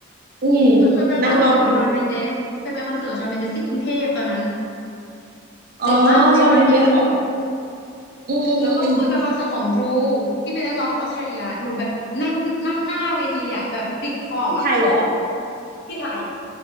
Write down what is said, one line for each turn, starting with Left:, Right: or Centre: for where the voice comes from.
Right: อืม
Left: หนูเคยไปคอนเสิร์ตของชอนเมนเดสเคยไปคอนเสิร์ตของชอนเมนเดสที่กรุงเทพตอนนั้น
Right: นักร้องคนอ๋อ
Left: เด็กมากเรียนมัธยมอยู่
Right: ชอนเมนเดสเหรออืมอืมอืมอืม
Left: แล้วก็เคยไปคอนเสิร์ตของบรูที่เป็นนักร้องคนออสเตรเลียหนูแบบนั่งนั่งหน้าเวทีเลยอะแบบติดขอบอะ
Right: ที่ไทยเหรอ
Left: ที่ไทย